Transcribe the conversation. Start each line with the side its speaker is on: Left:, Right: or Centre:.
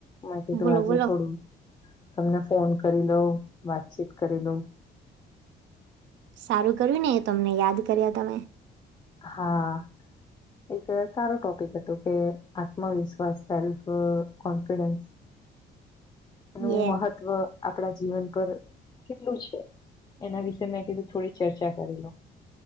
Left: માહીધવાજે
Right: બોલો બોલો
Left: થોડું તમને ફોન કરી લઉ. વાતચીત કરી લઉં.
Right: સારું કર્યુંને એ તમને યાદ કર્યા. તમે
Left: હા. એક સારો ટોપિક હતો કે, આત્મવિશ્વાસ સેલ્ફ કોન્ફિડન્સ એનું
Right: યે
Left: મહત્વ આપણા જીવન પર કેટલું છે, એના વિશે મેં કીધું. થોડી ચર્ચા કરી લો.